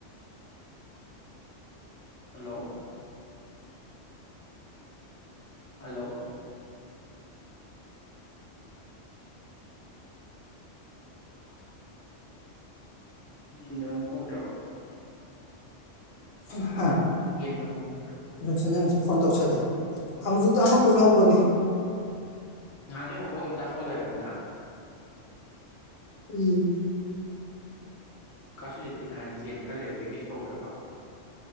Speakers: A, on the left; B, on the left.
A: ꯍꯂꯣ ꯍꯜꯂꯣ <inaudible> ꯌꯦꯟꯗ ꯃꯔꯨꯝ ꯀꯣꯛꯇ꯭ꯔꯕꯥ <inaudible>
B: ꯎ <inaudible>
A: ꯌꯦꯟ ꯃꯔꯨꯝ ꯀꯣꯛ꯭ꯇꯔꯣ
B: ꯁꯟꯖꯦꯟꯃꯨꯛꯁꯨ ꯐꯣꯟ ꯇꯧꯁꯜ ꯂꯛꯑꯦ ꯍꯧꯖꯤꯛꯇ ꯑꯃ ꯀꯨꯟ ꯍꯧꯕꯅꯤ
A: ꯅꯍꯥꯟꯁꯩ ꯑꯃꯨꯛ ꯀꯣꯛ ꯑꯃ ꯆꯥꯊꯣꯛꯂꯦꫪꯕ ꯃꫭꯏꯅ
B: ꯎꯝ
A: ꯀꯁꯤ ꯆꯀꯤꯅ ꯍꯥꯏ ꯌꯦꯟ ꯈꯔ ꯂꯩꯔꯕꯗꯤ ꯀꯩꯁꯨ ꯇꯧꯗ꯭ꯔꯕ